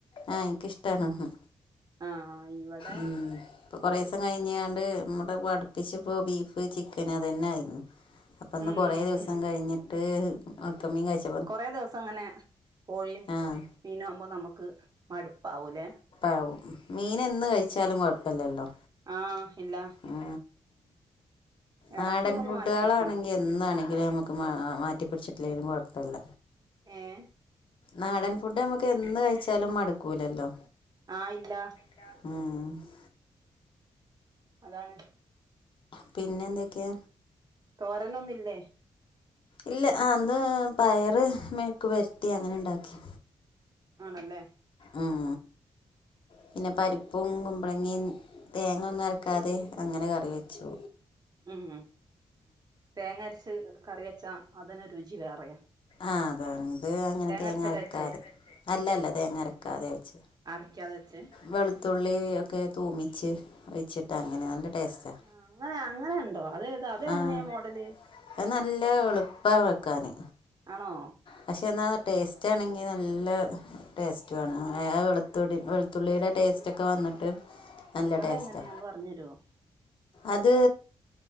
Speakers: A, on the left (about 55°); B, on the right (about 40°).
A: ആ എനിക്ക് ഇഷ്ടാണ് ഹ്
B: ആഹ് ഇവിടെ
A: ഉം ഇപ്പൊ കൊറേസം കഴിഞ്ഞാണ്ട് ഇമ്മടെ അടിപ്പിച്ച്പ്പോ ബീഫ്, ചിക്കൻ, അതന്നെ ആയിരുന്നു അപ്പൊ ഇന്ന്
B: ഉം
A: കൊറേ ദിവസം കഴിഞ്ഞിട്ട് ഒണക്കമീൻ കഴിച്
B: കൊറേ ദിവസം അങ്ങനെ കോഴിയും
A: ആഹ്
B: മീനും ആവുമ്പോ നമക്ക് മടുപ്പാവൂലേ?
A: ആവും മീനെന്ന് കഴിച്ചാലും കൊഴപ്പല്ലല്ലോ.
B: ആഹ് ഇല്ല
A: ആ
B: എടക്കൊക്കെ
A: ആ നാടൻ
B: ഒന്ന്
A: ഫുഡുകാളാണെങ്കിൽ
B: മാറ്റി പിടിക്കണം
A: എന്നാണെങ്കിലും നമുക്ക് മാ മാറ്റിപ്പിടിച്ചിട്ടില്ലെങ്കിലും കൊഴപ്പല്ല
B: ഏഹ്
A: നാടൻ ഫുഡ് ഞമ്മക്ക് എന്ന് കഴിച്ചാലും മടുക്കൂലല്ലോ.
B: ആ ഇല്ല
A: ആഹ്
B: അതാണ്
A: പിന്നെ എന്തെക്കേ?
B: തോരനൊന്നില്ലേ?
A: ഇല്ല ആ ഇന്ന് പയറ് മെഴുക്കുപെരറ്റി അങ്ങനെണ്ടാക്കി
B: ആണല്ലേ
A: ഉം പിന്നെ പരിപ്പും കുമ്പളങ്ങിം തേങ്ങ ഒന്നും അരക്കാതെ അങ്ങനെ കറി വെച്ചു
B: ഉം തേങ്ങ അരച്ച് കറി വെച്ചാ അതിന് രുചി വേറെയാ
A: ആ അതാണ് ഇത് അങ്ങനെ തേങ്ങ
B: അരച്ചല്ലേ
A: അരക്കാതെ
B: വെച്ചേ
A: അല്ലല്ല തേങ്ങ അരക്കാതെ വെച്ച്.
B: അരയ്ക്കാതെച്ച്?
A: വെളുത്തുള്ളി ഒക്കെ തൂമിച്ച് ഒഴിച്ചിട്ട് അങ്ങനെ നല്ല ടേസ്റ്റാ
B: ആ അങ്ങനെ അങ്ങനെ ഉണ്ടോ അതേതാ അത് എങ്ങനെയാ
A: ആ
B: മോഡല്?
A: അത് നല്ല എളുപ്പാ വെക്കാന്
B: ആണോ?
A: പക്ഷേ എന്നാ ടേസ്റ്റാണെങ്കിൽ നല്ല ടേസ്റ്റുവാണ് എ ആ വെളുത്തുള്ളി വെളു ത്തുള്ളിയുടെ ടേസ്റ്റ് ഒക്കെ വന്ന്ട്ട്
B: <inaudible>
A: നല്ല
B: അതെങ്ങനെയാന്ന്
A: ടേസ്റ്റാ
B: പറഞ്ഞു തരുവോ
A: അത്